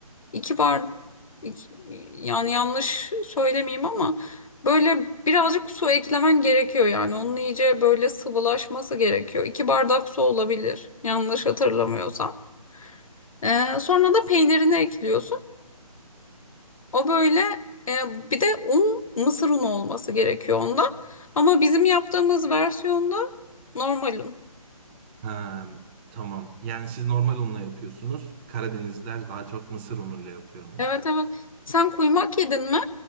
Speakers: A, on the left; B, on the right.
A: iki bar, iki- yani yanlış söylemeyeyim ama böyle birazcık su eklemen gerekiyor yani. Onun iyice böyle sıvılaşması gerekiyor. İki bardak su olabilir, yanlış hatırlamıyorsam. Eee, sonra da peynirini ekliyorsun. O böyle eee, bir de un, mısır unu olması gerekiyor onda. Ama bizim yaptığımız versiyonda normal un.
B: Ha, tamam. Yani siz normal unla yapıyorsunuz. Karadenizler daha çok mısır unuyla yapıyor onu.
A: Evet evet. Sen kuymak yedin mi?